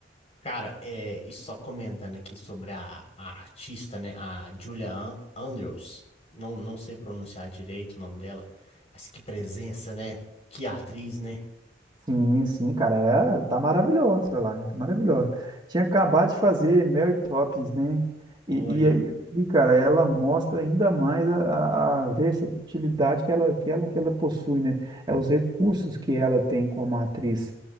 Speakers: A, on the left (about 35°); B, on the right (about 25°).
A: Cara, é, e só comentando aqui sobre a, a artista, né? A Julia An- Andrews. Não, não sei pronunciar direito o nome dela, mas que presença, né? Que atriz, né?
B: Sim, sim, cara, é, tá maravilhosa lá, né? Tá maravilhosa. Tinha acabado de fazer Mary Poppins, né?
A: Olha,
B: E, e, aí, e, cara, ela mostra ainda mais a, a a versatilidade que ela, que ela, que ela possui, né? É os recursos que ela tem como atriz.